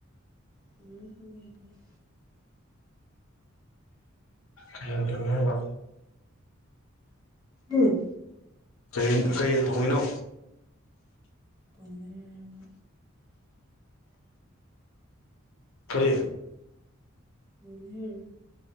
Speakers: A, on the right; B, on the left.
A: ꯕꯣꯏꯂꯔ ꯊꯣꯡꯉꯦꯕ
B: ꯀꯔꯤ ꯌꯦꯟ ꯊꯣꯡꯉꯤꯅꯣ ꯍꯥꯏꯕ
A: ꯎꯝ
B: ꯀꯩꯌꯦꯟ ꯀꯩ ꯌꯦꯟ ꯊꯣꯡꯉꯤꯅꯣ
A: ꯕꯣꯏꯂꯔ ꯍꯥꯏꯕ
B: ꯀꯔꯤ
A: ꯕꯣꯏꯂꯔ